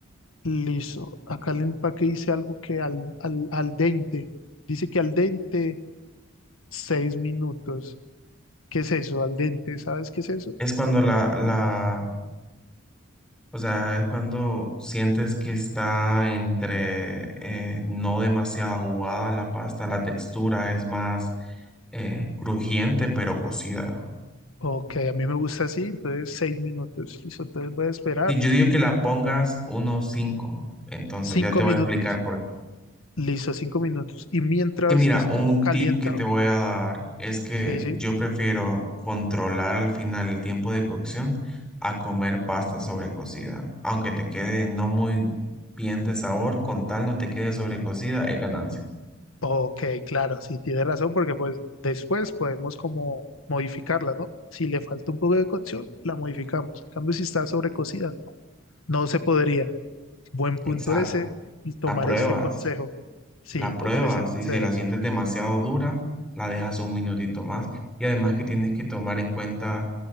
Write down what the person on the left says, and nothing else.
Listo. Acá el empaque dice algo que al, al, al dente. Dice que al dente, seis minutos. ¿Qué es eso? Al dente, ¿sabes qué es eso?
Ok, a mí me gusta así, entonces seis minutos, listo, entonces voy a esperar
cinco
minutos,
listo, cinco minutos, y mientras
esto
calienta,
sí, sí,
ok, claro, sí, tiene razón, porque pues después podemos como modificarla, ¿no? Si le falta un poco de cocción, la modificamos, en cambio si está sobrecocida, no, no se podría, buen
punto ese, y tomar
este consejo, sí,
tomar ese consejo,